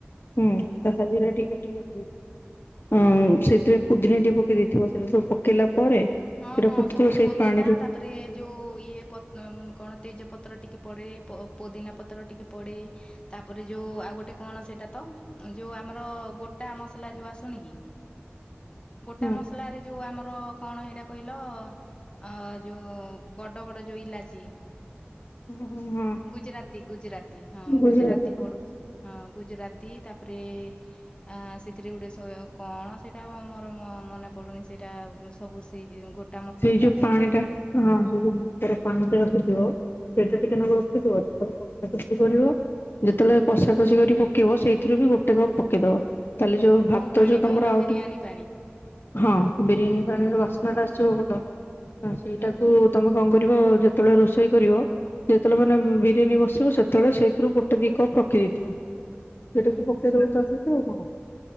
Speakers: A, on the left; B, on the left.
A: ହୁଁ ଧଳା ଜିରା ଟିକେ ସେଥିରେ ହଁ
B: ହୁଁ।
A: ସେଥିରେ ପୁଦିନାଟା ଟିକେ ପକେଇ ଦେଇଥିବ ସେଟା ସବୁ ପକେଇଲା ପରେ
B: ହଁ
A: ସେଟା
B: ହଁ
A: ଫୁଟୁଥିବ
B: ସବୁ
A: ସେଇ
B: ପୋଦିନା
A: ପାଣିରୁ
B: ତାପରେ ଯେଉଁ ଇଏ କଣ ତେଜପତ୍ର ଟିକେ ପଡ଼େ ପୋଦିନା ପତ୍ର ଟିକେ ପଡ଼େ। ତାପରେ ଯୋଉ ଆଉ ଗୋ ଗୋଟେ କଣ ସେଇଟା ତ ଯୋଉ ଆମର ଗୋଟା ମସଲା ଯୋଉ ଆସୁନି କି। ଗୋଟା
A: ହଁ
B: ମସଲାରେ ଯୋଉ ଆମର କଣ ହେଇଟା କହିଲ ଅ, ଯୋଉ ବଡ ବଡ ଯୋଉ ଇଲାଚି
A: ଓ ହଁ, ହଁ।
B: ଗୁଜୁରାତି ଗୁଜୁରାତି ହଁ
A: ବୁଝିପାରୁଛ
B: ଗୁଜୁରାତି ପଡୁଛି ହଁ ଗୁଜୁରାତି ତାପରେ ଅଁ, ସେଥିରେ ଗୋଟେ ସେ କଣ ସେଇଟା ମୋର ମ-ମନେ ପଡୁନି ସେଇଟା ଆଉ ମୁ ସବୁ ଦେଇଚି ତାଙ୍କ
A: ସେଇ ଯୋଉ ପାଣି ଟା ହଁ ସେଇ ଯୋଉ ବ ତାର ପାଣିଟା ରଖିଥିବ, ସେଇଟା ଟିକେ ନାକୁ ରଖିଥିବ ପେକେଟ କି ଜରି ର ଯେତେବେଳେ କଷାକଷି
B: ହୁଁ
A: କରି ପକେଇବ ସେଇଥିରୁ ବି ଗୋଟେ କପ୍ ପକେଇଦବ। ତାହେଲେ ଯୋଉ ଭାତ
B: କୋଉ ପାଣି
A: ଯୋଉ
B: କହିଲ
A: ତୋମର ଆଉ
B: ବିରିୟାନୀ
A: ଟି
B: ପାଣି
A: ହଁ ବିରିୟାନୀ ପାଣିର ବାସ୍ନାଟା ଆସିବ ଭଲ, ତ ସେଇଟାକୁ
B: ହୁଁ ହୁଁ
A: ତୋମେ କଣ କରିବ ଯେ ତେବେଳେ ରୋଷେଇ କରିବ ଯେତେବେଳେ ମାନେ
B: ହୁଁ
A: ଉଁ, ବିରିୟାନୀ ବସିବ ସେ ତେବେଳେ ସେଇଥିରୁ ଗୋଟେ ଦି କପ୍ ପକେଇ ଥିବ,
B: ହୁଁ
A: ସେଇଟାକୁ ପକେଇଦେବେ ତା ଦେହରେ ଆଉ କଣ।